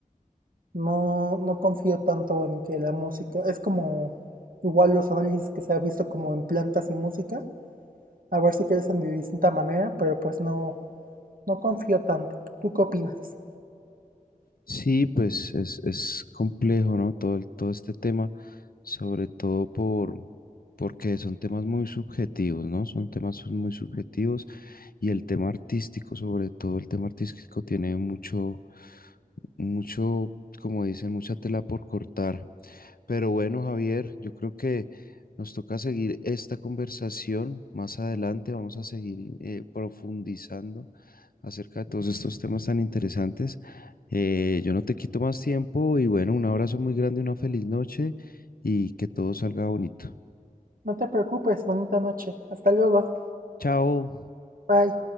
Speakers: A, on the right; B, on the left.
A: No, no confío tanto en que la música, es como igual los análisis que se ha visto como en plantas y música, a ver si crecen de distinta manera, pero pues no, no confío tanto. ¿Tú qué opinas?
B: Sí, pues es, es complejo, ¿no? Todo, el- todo este tema, sobre todo por, porque son temas muy subjetivos, ¿no? Son temas muy subjetivos y el tema artístico, sobre todo el tema artístico, tiene mucho, mucho, como dicen, mucha tela por cortar. Pero bueno, Javier, yo creo que nos toca seguir esta conversación más adelante. Vamos a seguir eh, profundizando acerca de todos estos temas tan interesantes. Eh, yo no te quito más tiempo y bueno, un abrazo muy grande, una feliz noche y que todo salga bonito.
A: No te preocupes, bonita noche. Hasta luego.
B: Chao.
A: Bye.